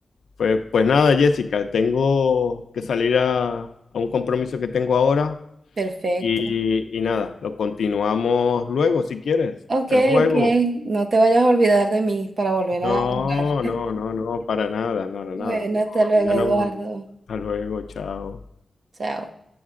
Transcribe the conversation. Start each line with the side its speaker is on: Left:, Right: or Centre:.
Left: Pues, pues nada, Jessica, tengo que salir a, a un compromiso que tengo ahora
Right: Perfecto.
Left: y, y nada, lo continuamos luego si quieres,
Right: Ok,
Left: el juego.
Right: ok, no te vayas a olvidar de mí para volver
Left: No,
Right: a jugar.
Left: no, no, no, para nada, no, no,
Right: Bueno,
Left: nada. Yo,
Right: hasta luego,
Left: yo
Right: Eduardo.
Left: no. Hasta luego, chao.
Right: Chao.